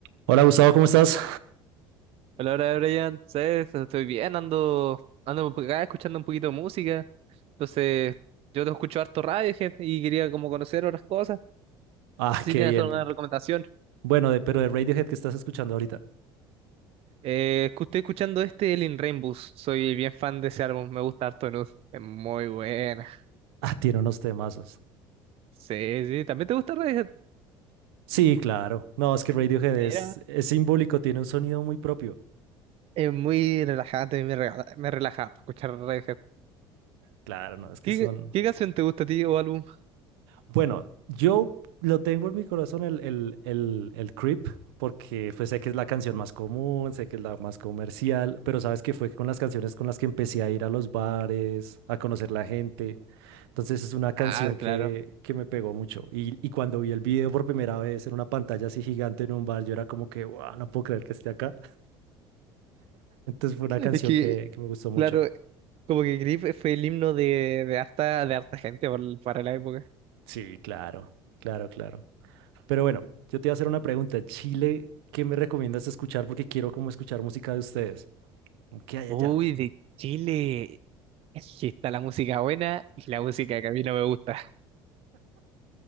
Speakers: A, on the right; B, on the right.
A: Hola Gustavo, ¿cómo estás?
B: Hola, hola, Brian. ¿Sabes? Estoy bien, ando, ando por acá escuchando un poquito de música. Entonces, yo te escucho harto radio, y quería como conocer otras cosas.
A: Ah,
B: Si
A: qué
B: tienes
A: bien.
B: alguna recomendación.
A: Bueno, de, pero de Radiohead que estás escuchando ahorita.
B: Eh, escu- estoy escuchando este, el In Rainbows. Soy bien fan de ese álbum, me gusta harto Nud. Es muy buena.
A: Ah, tiene unos temazos.
B: Sí, sí, ¿también te gusta Radiohead?
A: Sí, claro. No, es que Radiohead es,
B: Mira.
A: es simbólico, tiene un sonido muy propio.
B: Es muy relajante, me relaja, me relaja harto escuchar Radiohead.
A: Claro, no, es que
B: ¿Qué,
A: son
B: qué canción te gusta a ti o álbum?
A: Bueno, yo lo tengo en mi corazón el, el, el, el Creep, porque pues sé que es la canción más común, sé que es la más comercial, pero sabes que fue con las canciones con las que empecé a ir a los bares, a conocer la gente. Entonces es una canción
B: Ah,
A: que,
B: claro.
A: que me pegó mucho. Y, y cuando vi el video por primera vez en una pantalla así gigante en un bar, yo era como que, wow, no puedo creer que esté acá. <laughs> Entonces fue una canción
B: Es que,
A: que, que me gustó mucho.
B: claro, Como que Grip fue el himno de, de harta, de harta gente por- para la época.
A: Sí, claro, claro, claro. Pero bueno, yo te iba a hacer una pregunta. Chile, ¿qué me recomiendas escuchar? Porque quiero como escuchar música de ustedes. ¿Qué hay
B: Uy,
A: allá?
B: de Chile. Es que está la música buena y la música que a mí no me gusta. <laughs>